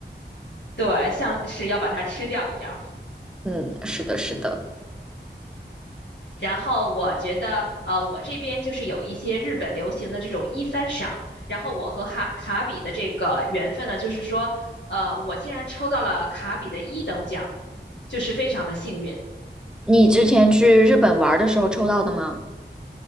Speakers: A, on the left; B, in the centre.
A: 对，像是要把它吃掉一样。
B: 嗯，是的，是的。
A: 然后我觉得，呃，我这边就是有一些日本流行的这种一番赏，然后我和哈卡比的这个缘分呢，就是说，呃，我竟然抽到了卡比的一等奖，就是非常的幸运。
B: 你之前去日本玩的时候抽到的吗？